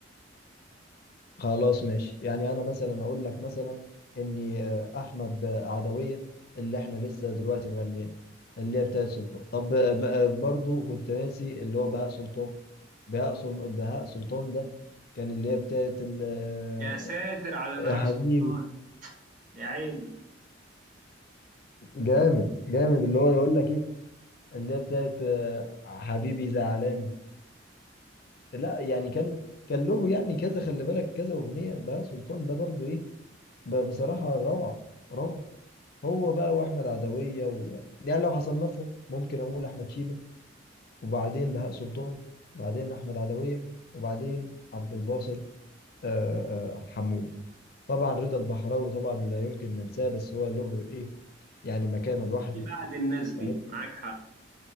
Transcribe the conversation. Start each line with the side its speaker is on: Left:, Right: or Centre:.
Left: خلاص ماشي يعني انا مثلا اقول لك مثلا اني آه، احمد آه، عدوية اللي احنا لسه دلوقتي مغنيين اللي هي بتاعت سلطان طب آه، ب- آه، برضو كنت ناسي اللي هو بهاء سلطان بهاء سل... بهاء سلطان ده كان اللي هي بتاعت ال... آه،
Right: يا ساتر على
Left: يا
Right: بهاء
Left: حبيبي
Right: سلطان يا عيني
Left: جامد جامد اللي هو يقول لك ايه اللي هي بتاعت آه، حبيبي زعلان لا يعني كان كان له يعني كذا خلي بالك كذا اغنية بهاء سلطان ده برضو ايه ب- بصراحة روعة روعة هو بقى واحمد عدويه و... يعني لو حصنفهم ممكن اقول احمد شيبه وبعدين بهاء سلطان وبعدين احمد عدويه وبعدين عبد الباسط آه، آه، حمودي طبعا رضا البحراوي طبعا لا يمكن ننساه بس هو له ايه يعني مكانه لوحده
Right: تيجي بعد الناس دي
Left: في حت-
Right: معاك حق